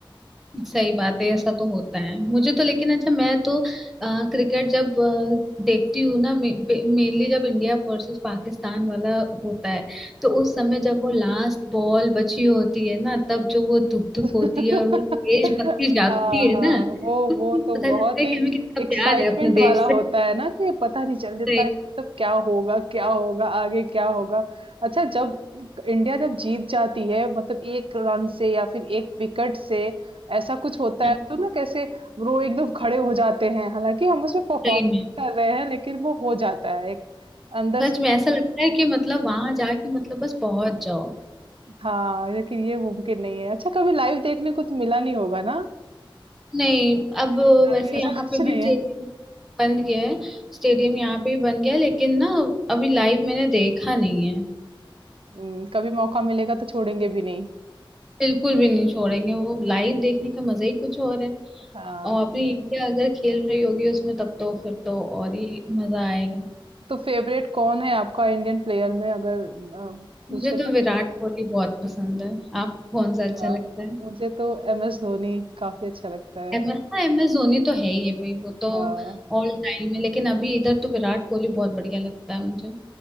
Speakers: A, in the centre; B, on the right (about 80°).
A: सही बात है ऐसा तो होता है मुझे तो लेकिन अच्छा मैं तो अ, क्रिकेट जब अ, देखती हूँ ना मेनली जब इंडिया वर्सेस पाकिस्तान वाला होता है तो उस समय जब वो लास्ट बॉल बची होती है ना तब जो वो धुक धुक
B: <laughs>
A: होती है और वो देशभक्ति जागती
B: हाँ हाँ
A: है ना
B: वो
A: <laughs> उसमें
B: वो
A: पता
B: तो बहुत
A: चलता है
B: ही
A: कि हमें कितना
B: एक्साइटमेंट
A: प्यार है अपने देश
B: वाला होता
A: से
B: है ना कि पता नहीं चल देता
A: सही
B: है कि मतलब क्या होगा क्या होगा आगे क्या होगा अच्छा जब इंडिया जब जीत जाती है मतलब एक रन से या फिर एक विकेट से ऐसा कुछ होता
A: हाँ,
B: है तो ना कैसे वो एकदम खड़े हो जाते हैं हालांकि हम उसमें परफॉर्म
A: सही में
B: नहीं कर रहे हैं लेकिन वो हो जाता है एक अंदर
A: सच
B: से
A: में ऐसा लगता है कि मतलब वहां जाके मतलब बस पहुंच जाओ
B: हाँ, लेकिन ये मुमकिन नहीं है। अच्छा कभी लाइव देखने को तो मिला नहीं होगा ना?
A: नहीं अब
B: मेरे साथ
A: वैसे
B: भी
A: यहाँ
B: ऐसा कुछ
A: पे
B: नहीं
A: भी स्टेडियम
B: है।
A: बन गया है स्टेडियम यहाँ पे भी बन गया है लेकिन ना अभी लाइव मैंने देखा नहीं है
B: हुँ, कभी मौका मिलेगा तो छोड़ेंगे भी नहीं।
A: बिल्कुल भी नहीं छोड़ेंगे वो लाइव देखने का मजा ही कुछ और है
B: हाँ,
A: और अपनी इंडिया अगर खेल रही होगी उसमें तब तो फिर तो और ही मजा आएगा
B: तो फेवरेट कौन है आपका इंडियन प्लेयर में अगर अ, पूछे
A: मुझे
B: तो?
A: तो विराट कोहली बहुत पसंद है आपको कौन सा अच्छा
B: अ,
A: लगता है
B: मुझे तो एमएस धोनी काफ़ी अच्छा लगता है।
A: एम एस हाँ एम एस धोनी तो है ही है भाई वो तो
B: हाँ।
A: ऑल टाइम है लेकिन अभी इधर तो विराट कोहली बहुत बढ़िया लगता है मुझे